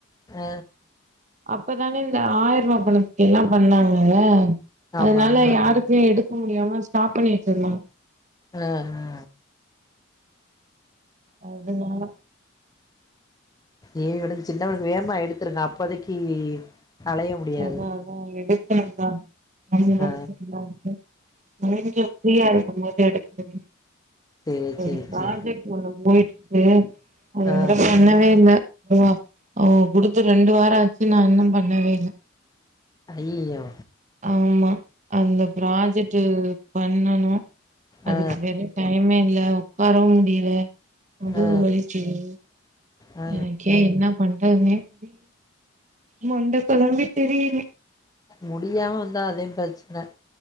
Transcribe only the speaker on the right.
அப்பதான இந்த ஆயிரரூபா பணத்துக்கு எல்லா பண்ணாங்க
அதனால
யாரு க்கு எடுக்க முடியாம ஸ்டாப் பண்ணி வெச்சுருந்தாங்க
அதனால
அதா அதா எடுக்கணுதா அவங்களு
சொன்னாங்க கொஞ்சோ ஃப்ரீயா இருக்கும் போது எடுத்து
ஒரு
ப்ராஜெக்ட்
ஒண்ணு போயிட்டு இருக்கு அது
வேற பண்ணவே இல்ல அ அவங்க குடுத்து ரெண்டு வார ஆச்சு நா இன்னு பண்ணவே இல்ல
ஆமா அந்த ப்ராஜெக்ட் பண்ணனு அதுக்கு
வேற டைமே இல்ல உக்காரவு முடியல முதுகு
வலிக்கிது
எனக்கே என்ன பண்றதுன்னே தெரில, மண்ட கொழம்பி திரியிற